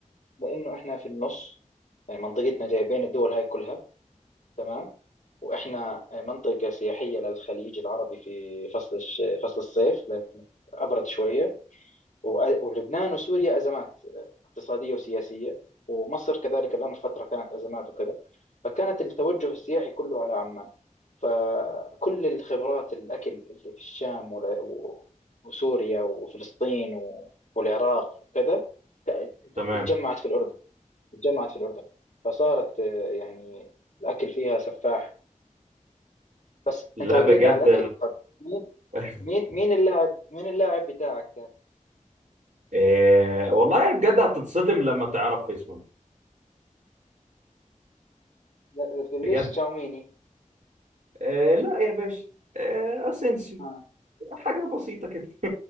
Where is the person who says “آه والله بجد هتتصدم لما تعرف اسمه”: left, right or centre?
Right